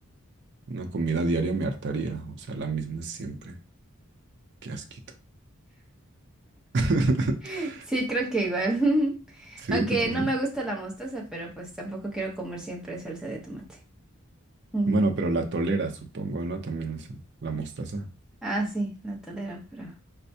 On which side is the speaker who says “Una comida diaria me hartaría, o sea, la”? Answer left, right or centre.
Right